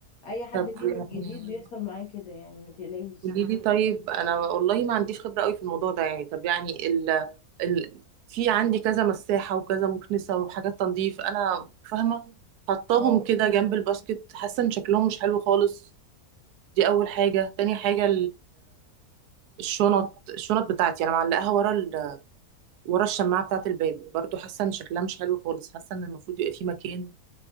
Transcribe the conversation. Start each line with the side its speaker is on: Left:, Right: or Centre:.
Left: اي حد
Right: طب
Left: بين
Right: يعني
Left: الجديد بيحصل معاه كده يعني ما تقلقيش
Right: قولي لي طيب انا والله ما عنديش خبره قوي في الموضوع ده يعني طب يعني ال ال في عندي كذا مساحه وكذا مكنسه وحاجات تنظيف انا فاهمه حطاهم
Left: آه.
Right: كده جنب الباسكت حاسه ان شكلهم مش حلو خالص دي اول حاجه تاني حاجه الشنط الشنط بتاعتي انا معلقاها ورا ال... ورا الشماعه بتاعه الباب برضو حاسه ان شكلها مش حلو خالص حاسه ان المفروض يبقى في مكان